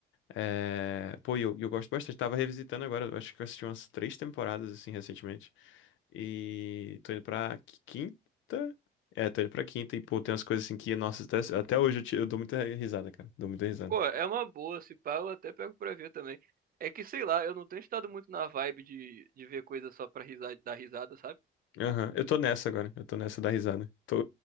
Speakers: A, on the left; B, on the right.
A: É, Pô, e eu, e eu gosto bastante. Tava revisitando agora, eu acho que eu assisti umas três temporadas, assim, recentemente. E tô indo pra qui- quinta. É, tô indo pra quinta e, pô, tem umas coisas assim que, nossa, até, até hoje eu, te- eu dou muita risada, cara. Dou muita risada.
B: Pô, é uma boa, se pá, eu até pego pra ver também. É que, sei lá, eu não tenho estado muito na vibe de, de ver coisa só pra risada, dar risada, sabe?
A: Aham, Eu tô nessa agora, eu tô nessa da risada. Tô-